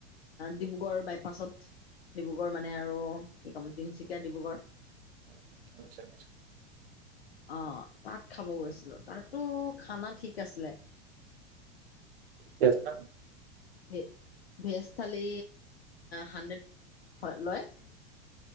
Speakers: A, on the left; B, on the right.
A: ডিব্ৰুগড় বাইপাছত। ডিব্ৰুগড় মানে আৰু কি ক'ম তিনিচুকীয়া ডিব্ৰুগড়।
B: <unintelligible>
A: আহ তাত খাব গৈছিলো তাতো খানা ঠিক আছিলে।
B: ঠিকে আছে ন।
A: ভে ভেজ থালি হানড্ৰেড হয় লয়। <inaudible>